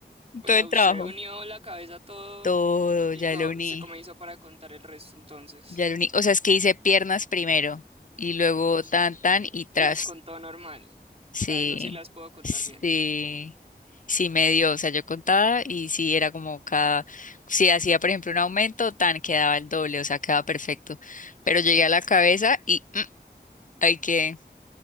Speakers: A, on the right; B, on the left.
A: O
B: todo
A: sea,
B: el
A: usted
B: trabajo,
A: unió la cabeza a todo
B: todo,
A: y, cómo- y
B: ya
A: co-
B: lo uní.
A: usted cómo hizo para contar el resto entonces.
B: Ya lo uni- o sea, es que hice piernas primero y luego
A: Ujú.
B: tan, tan y tras.
A: Y las contó normal. O
B: Sí,
A: sea, eso sí las puedo contar
B: sí,
A: bien.
B: sí me dio, o sea, yo contaba y sí era como cada, si hacía por ejemplo un aumento, tan quedaba el doble, o sea, quedaba perfecto. Pero
A: Ok.
B: llegué a la cabeza y mm, hay que,